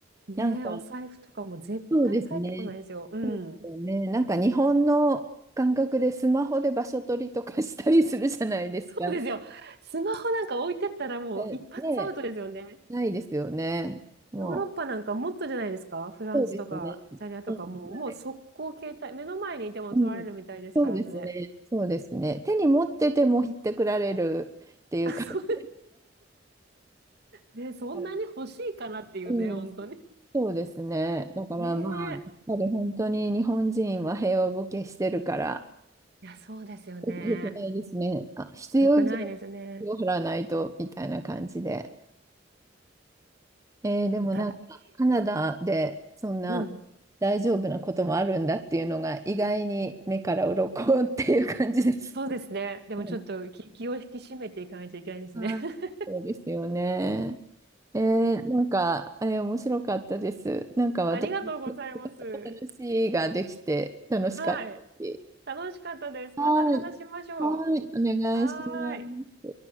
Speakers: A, on the right; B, on the right.
A: ねえ、
B: なんか、
A: お財布とかも絶対帰ってこないですよ。
B: そうですね。
A: うん。
B: そうですよね。なんか日本の感覚でスマホで場所取りとかしたりするじゃないですか。
A: そうですよ。スマホなんか置いてったらもう一発アウトですよね。
B: えね、ないですよね。も
A: ヨーロッパなんかもっとじゃないですかフランスとかイタリアとかもう、
B: う。そうですね。うん、は
A: もう速攻携帯、
B: い。
A: 目の前にいても取られるみたいですからね。
B: うん。そうですね。そうですね。手に持っててもひってくられるっていう感じ
A: <laughs> そね、そんなに欲しいかなっていうね、
B: から。うん。
A: 本当に。
B: そうですね。だからまあ、
A: ねえ。
B: やっぱり本当に日本人は平和ボケしてるから、
A: いや、そうですよね。
B: よよくないですね。あ、必要以上
A: よくないですね。
B: に払わないと、みたいな感じで。えーでもなんか、
A: お互い。
B: カナダでそんな
A: うん。
B: 大丈夫なこともあるんだっていうのが、意外に目から鱗 <laughs> っていう感じです。
A: そうですね。でもちょっと気、
B: うん
A: 気を引き締めていかないといけないですね。
B: はい、
A: <laughs>
B: そうですよね。えーなんか、あれ面白かったです。なんか私
A: ありがとうございます。
B: の話ができて楽しかったし。
A: はい。楽しかったです。
B: はい。
A: また話しましょう。
B: はい。お願いしま
A: はーい。
B: す。